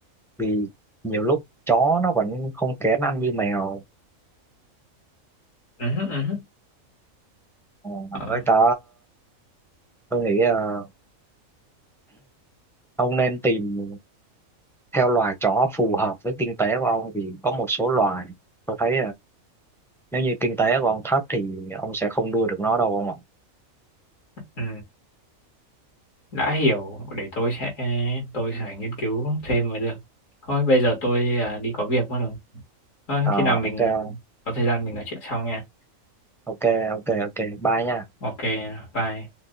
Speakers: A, in the centre; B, on the left.
A: vì nhiều lúc chó nó vẫn không kén ăn như mèo
B: ừ, ừ,
A: Ờ,
B: ờ,
A: với cả tôi nghĩ là ông nên tìm theo loài chó phù hợp với kinh tế của ông vì có một số loài tôi thấy nếu như kinh tế của ông thấp thì ông sẽ không nuôi được nó đâu ông ạ
B: ừ, đã hiểu để tôi sẽ tôi sẽ nghiên cứu thêm mới được thôi bây giờ tôi à, đi có việc mất rồi thôi
A: Ờ,
B: khi nào mình
A: ok ông.
B: có thời gian mình nói chuyện sau nha
A: ok ok ok bye nha
B: ok bye